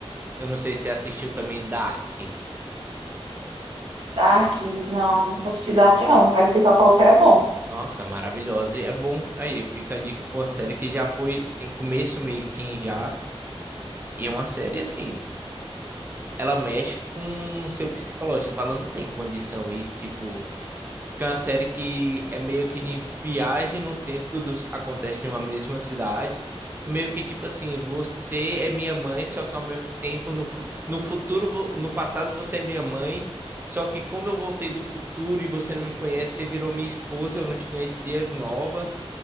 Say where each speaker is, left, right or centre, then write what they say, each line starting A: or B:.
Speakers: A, on the right; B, on the right.
A: eu não sei se você assistiu também Dark.
B: Dark, não, não assisti Dark, não. Mas o pessoal falou que era bom.
A: Nossa, maravilhosa. E É bom. Aí, fica a dica pra uma série que já foi, tem começo, meio e fim já. E é uma série assim. Ela mexe com o seu psicológico. Você fala, não tem condição isso, tipo. Porque é uma série que é meio que em viagem no tempo, tudo acontece em uma mesma cidade. E meio que tipo assim, você é minha mãe, só que ao mesmo tempo no, fu- no futuro, vo- no passado você é minha mãe. Só que como eu voltei do futuro e você não me conhece, você virou minha esposa, eu não te conhecia, nova.